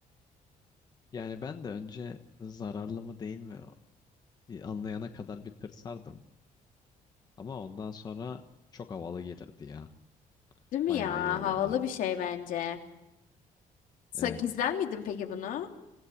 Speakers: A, on the left; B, on the left.
A: Yani ben de önce zararlı mı değil mi diye anlayana kadar bir tırsardım. Ama ondan sonra çok havalı gelirdi ya.
B: Değil mi
A: Bayağı
B: ya?
A: iyi olurdu.
B: Havalı bir şey bence. Sa-
A: Evet.
B: Gizler miydin peki bunu?